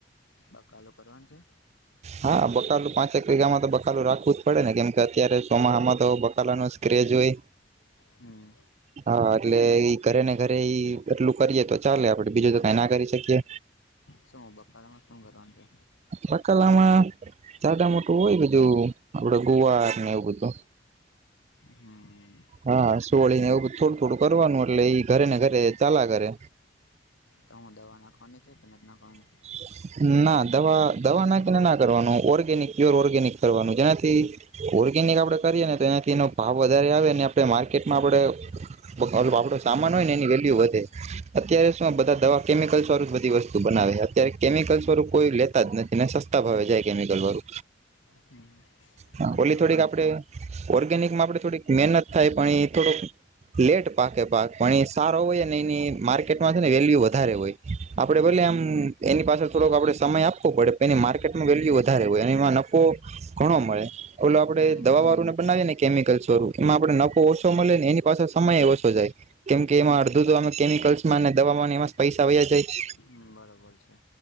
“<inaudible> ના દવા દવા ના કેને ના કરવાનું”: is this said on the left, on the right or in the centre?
Right